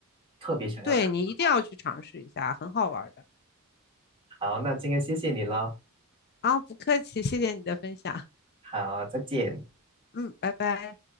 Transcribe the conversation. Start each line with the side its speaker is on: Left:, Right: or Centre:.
Right: 特别想要尝试。
Left: 对你一定要去尝试一下，很好玩的。
Right: 好，那今天谢谢你了。
Left: 啊，不客气，谢谢你的分享。
Right: 好，再见。
Left: 嗯，拜拜。